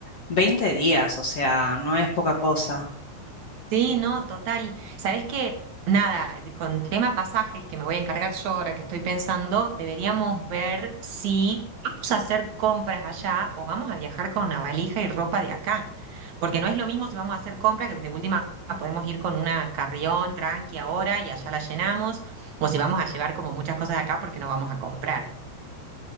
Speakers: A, on the left; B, on the right.
A: 20 días, o sea, no es poca cosa.
B: Sí, no, total. Sabés que, nada, de- con tema pasajes que me voy a encargar yo ahora que estoy pensando, deberíamos ver si vamos a hacer compras allá o vamos a viajar con una valija y ropa de acá. Porque no es lo mismo si vamos a hacer compras, que de última podemos ir con una carrión tranqui ahora y allá la llenamos, o si vamos a llevar como muchas cosas de acá porque no vamos a comprar.